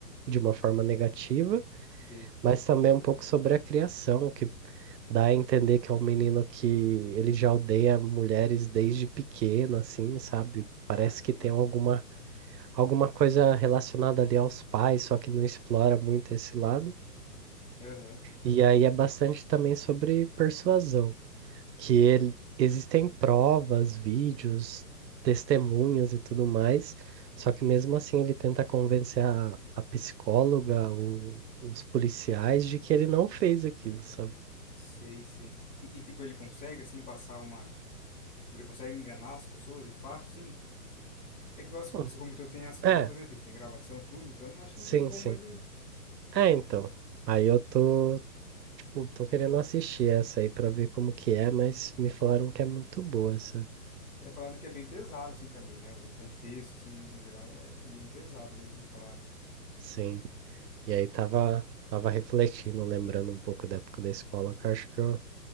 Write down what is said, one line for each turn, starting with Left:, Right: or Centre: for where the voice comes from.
Right: de uma forma negativa,
Left: Sei,
Right: mas também um pouco sobre a criação, que dá a entender que é um menino que ele já odeia mulheres desde pequeno, assim, sabe? Parece
Left: caramba.
Right: que tem alguma, alguma coisa relacionada ali aos pais, só que não explora muito esse lado.
Left: Aham.
Right: E aí é bastante também sobre persuasão que ele, existem provas, vídeos, testemunhas e tudo mais, só que mesmo assim ele tenta convencer a, a psicóloga, o- os policiais de que ele não fez aquilo, sabe?
Left: Sei, sei. E, e, tipo, ele consegue, assim, passar uma. Tipo, ele consegue enganar as pessoas de fato, assim? É que igual você
Right: Hum,
Left: você comentou tem as provas,
Right: É,
Left: né? Tipo, tem gravação, tudo. Então, acho que
Right: sim,
Left: não tem como
Right: sim.
Left: ele.
Right: É, então. Aí eu tô, tipo, tô querendo assistir essa aí pra ver como que é, mas me falaram que é muito boa essa.
Left: É, falaram que é bem pesado, assim, também, né? O contexto, assim, no geral, é, é bem pesado, né? Me falaram.
Right: Sim. E aí tava, tava refletindo, lembrando um pouco da época da escola, que eu acho que eu